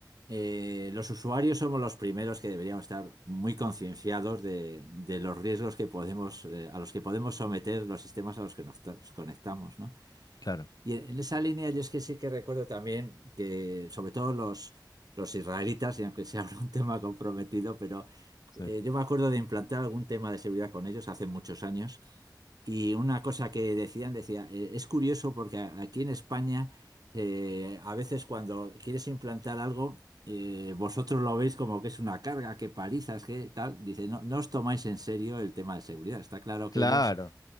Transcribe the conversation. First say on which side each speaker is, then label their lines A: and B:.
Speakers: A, on the right; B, on the left.
A: eh, los usuarios somos los primeros que deberíamos estar muy concienciados de, de los riesgos que podemos, eh, a los que podemos someter los sistemas a los que nos nos conectamos, ¿no?
B: Claro,
A: Y en, en esa línea, yo es que sí que recuerdo también que, sobre todo los, los israelitas, y aunque sea <laughs> un tema comprometido, pero
B: sí.
A: eh, yo me acuerdo de implantar algún tema de seguridad con ellos hace muchos años. Y una cosa que decían, decía, eh, es curioso porque a- aquí en España eh, a veces cuando quieres implantar algo, eh, vosotros lo veis como que es una carga, que palizas, que tal. Dice, no, no os tomáis en serio el tema de seguridad. Está claro
B: Claro.
A: que ellos